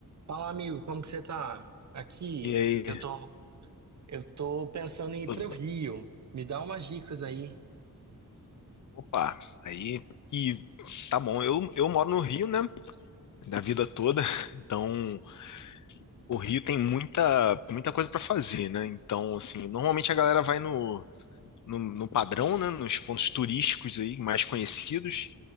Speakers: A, on the right; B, on the left.
A: Fala, amigo, como que você tá? Aqui,
B: E aí,
A: eu tô, eu tô pensando em ir
B: tudo
A: pro
B: bom?
A: Rio. Me dá umas dicas aí.
B: Opa, aí, e tá bom, eu, eu moro no Rio, né, da vida toda, <laughs> então o Rio tem muita, muita coisa pra fazer, né, então, assim, normalmente a galera vai no, no, no padrão, né, nos pontos turísticos aí, mais conhecidos,